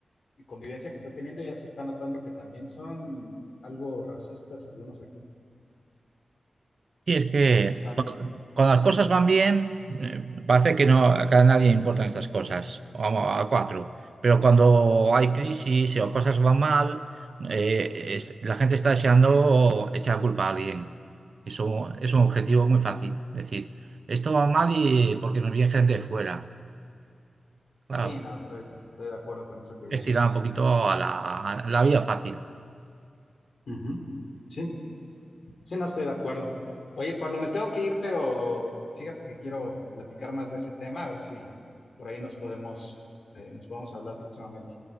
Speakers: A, on the left (about 70°); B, on the right (about 60°).
A: convivencia que está teniendo, ya se está notando que también son algo racistas algunos aquí,
B: Sí, es que
A: bastante.
B: cu- cuando las cosas van bien, eh, parece que no, que a nadie importan estas cosas, vamos, a cuatro. Pero cuando hay crisis o cosas van mal, eh, es- la gente está deseando echar culpa a alguien. Eso es un objetivo muy fácil. Decir, esto va mal y porque nos viene gente de fuera. Claro,
A: Sí, no, estoy, estoy de acuerdo con eso que dices.
B: es tirar un poquito a la, a la vía fácil.
A: Ujú. Sí, sí, no estoy de acuerdo. Oye, Pablo, me tengo que ir, pero fíjate que quiero platicar más de ese tema, a ver si por ahí nos podemos, eh, nos podemos hablar próximamente.